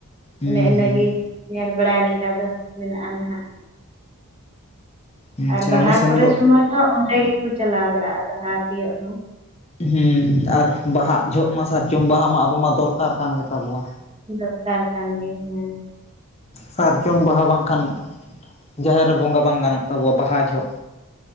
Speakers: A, on the left; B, on the right.
A: ᱦᱩᱸ
B: ᱮᱱᱮ ᱤᱱᱟᱹᱜᱤ ᱧᱮᱞ ᱵᱟᱲᱟᱭ ᱞᱮᱠᱟ ᱫᱚ ᱢᱮᱱᱟᱜ-ᱟ ᱱᱟᱦᱟᱜ
A: ᱦᱩᱸ
B: ᱟᱨ
A: ᱟᱪᱪᱷᱟ
B: ᱵᱟᱦᱟ
A: ᱟᱞᱮ ᱥᱮᱱ
B: ᱠᱚᱨᱮ
A: ᱫᱚ
B: ᱥᱩᱢᱚᱭ ᱦᱚᱸ ᱚᱸᱰᱮ ᱜᱮᱠᱚ ᱪᱟᱞᱟᱣ ᱵᱟᱲᱟᱜ ᱵᱟᱦᱟ ᱛᱤᱭᱳᱜ ᱦᱚᱸ
A: ᱦᱩᱸ ᱟᱨ ᱵᱟᱦᱟᱜ ᱡᱷᱚᱜ ᱢᱟ ᱥᱟᱨᱡᱚᱢ ᱵᱟᱦᱟ ᱢᱟ ᱟᱵᱚ ᱢᱟ ᱫᱚᱨᱠᱟᱨ ᱠᱟᱱ ᱜᱮᱛᱟ ᱵᱚᱣᱟ
B: ᱫᱚᱨᱠᱟᱨ ᱠᱟᱱ ᱜᱮ ᱦᱮᱸ
A: ᱥᱟᱨᱡᱚᱢ ᱵᱟᱦᱟ ᱵᱟᱝᱠᱷᱟᱱ ᱡᱟᱦᱮᱨ ᱨᱮ ᱵᱚᱸᱜᱟ ᱵᱟᱝ ᱜᱟᱱᱚᱜ ᱛᱟᱵᱚᱣᱟ ᱵᱟᱦᱟ ᱡᱷᱚᱜ